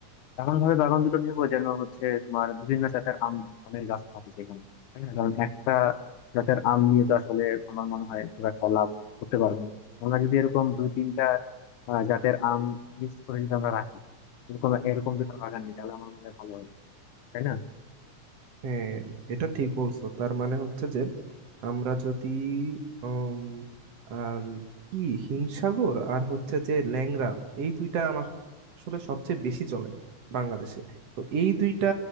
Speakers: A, on the left; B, on the right.
A: এমন ভাবে বাগান দুটো নিব যেন হচ্ছে তোমার বিভিন্ন জাতের আম আমের গাছ থাকে সেখানে তাই না কারণ একটা জাতের আম নিয়ে তো আসলে আমার মনে হয় খুব একটা লাভ করতে পারবো না আমরা যদি এরকম দুই তিনটা আহ, জাতের আম মিক্স করে যদি আমরা রাখি এরকম এরকম দুটো বাগান নিয়ে তাহলে আমার মনে হয় ভালো হয় তাই না
B: হ্যাঁ এটা ঠিক বলছো তার মানে হচ্ছে যে আমরা যদি উম, আর কি হিমসাগর আর হচ্ছে যে ল্যাংড়া এই দুইটা আম আসলে সবচেয়ে বেশি চলে বাংলাদেশে তো এই দুইটা